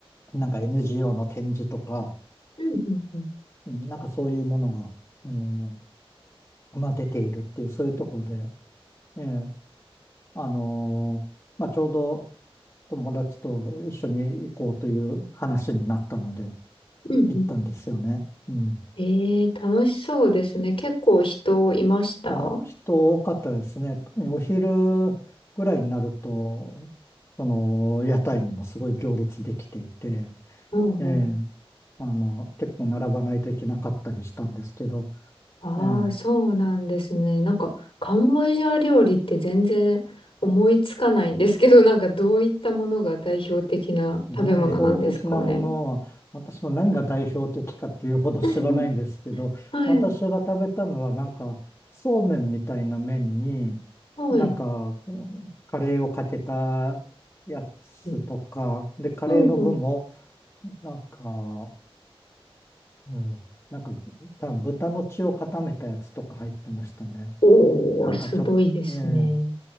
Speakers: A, on the left (about 25°); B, on the left (about 65°).
A: なんか NGO の展示とか、
B: うんうんうん。
A: うんなんかそういうものが、あの、まあ、出ているっていう、そういうところで、ええ、あのまあ、ちょうど友達と一緒に行こうという話になったので、
B: うんう
A: 行ったんですよね。うん。
B: ん。えー、楽しそうですね。結構人いました
A: あ、人多かったですね。特にお昼ぐらいになると、その、屋台にもすごい行列できていて、
B: うんうん
A: ええ、あの、結構並ばないといけなかったりしたんですけど、
B: ああ、
A: ええ、
B: そうなんですね。なんか、カンボジア料理って全然思いつかないんですけど、なんかどういったものが代表的な食べ物なんですかね。
A: 代表的なものは、私も何が代表的かっていうほど知らないんですけど、
B: <laughs>
A: <laughs>
B: はい。
A: 私が食べたのはなんか、そうめんみたいな麺に、
B: はい。
A: なんか、うんカレーをかけたやつとか、
B: え
A: で、カレーの具も、
B: うんうん
A: なんか、うん、なんか、多分豚の血を固めたやつとか入ってましたね。
B: おー、
A: なんかちょっと、
B: すごいですね。
A: ね、